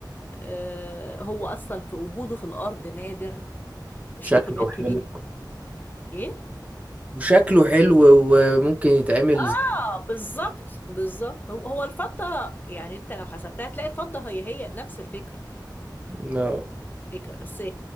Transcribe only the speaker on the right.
شكله
حلو
وشكله حلو وممكن يتعمل زي-
ما-